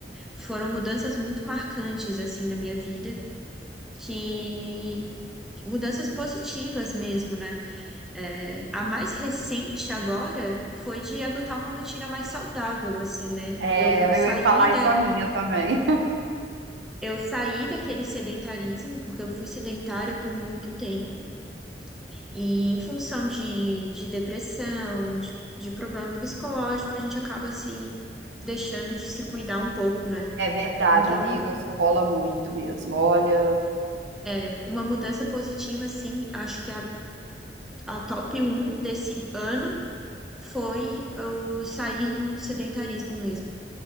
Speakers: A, in the centre; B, on the right.
A: foram mudanças muito marcantes, assim, na minha vida, que mudanças positivas mesmo, né? É, a mais recente agora foi de adotar uma rotina mais saudável, assim, né?
B: É,
A: Eu, eu
B: eu
A: saí
B: ia falar isso a minha também.
A: Eu saí daquele sedentarismo, porque eu fui sedentária por muito tempo, e em função de, de depressão, de, de problema psicológico, a gente acaba se deixando de se cuidar um pouco, né?
B: É verdade,
A: Então,
B: amiga, isso rola muito mesmo. Olha.
A: é, uma mudança positiva, assim, acho que a, a top um desse ano foi eu sair do sedentarismo mesmo.